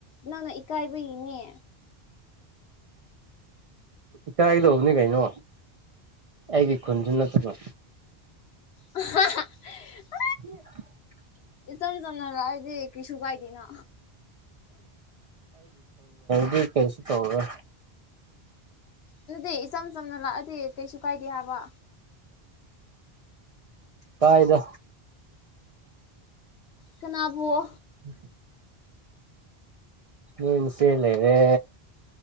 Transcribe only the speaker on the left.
ꯅꯪꯅ ꯏꯀꯥꯏꯕꯒꯤꯅꯦ
ꯑ
<unintelligible>
ꯏꯆꯝ ꯆꯝꯅ ꯂꯁꯦ ꯀꯩꯁꯨ ꯀꯥꯏꯗꯦꯅ
ꯑꯗꯨꯗꯤ ꯏꯆꯝ ꯆꯝꯅ ꯂꯥꯛꯑꯗꯤ ꯀꯩꯁꯨ ꯀꯥꯏꯗꯦ ꯍꯥꯏꯕ
ꯀꯅꯥꯕꯨꯣ